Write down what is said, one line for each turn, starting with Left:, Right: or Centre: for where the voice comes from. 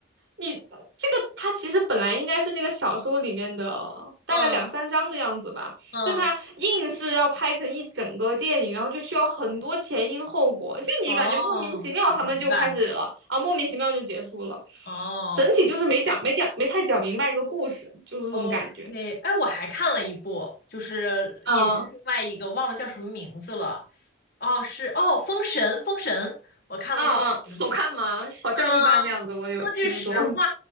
Right: 你这个，他其实本来应该是那个小说里面的大概两三章的样子吧，
Left: 嗯嗯，
Right: 但他硬是要拍成一整个电影，然后就需要很多前因后果，就你感觉莫名其妙他们就开始了啊，
Left: 哦，明白。
Right: 莫名其妙就结束了，
Left: 哦，
Right: 整体就是没讲没讲没太讲明白一个故事，就是这种感觉。
Left: OK，哎，我还看了一部，就是也是另外一个，
Right: 啊
Left: 忘了叫什么名字了。哦，是哦，《封神》，《封神》，我看了《封神》。
Right: 啊啊，好看吗？好像一般那样子，
Left: 嗯，
Right: 我有听说。
Left: 说句实话，